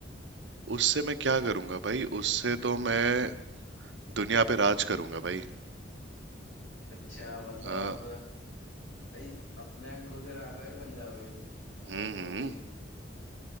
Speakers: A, on the right (about 65°); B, on the left (about 75°).
A: उससे मैं क्या करूंगा भाई उससे तो मैं दुनिया पे राज करूंगा भाई
B: अच्छा मतलब
A: हाँ
B: आप भाई अपने खुद राजा ही बन जाओगे फिर मतलब
A: हम्म हम्म
B: कोई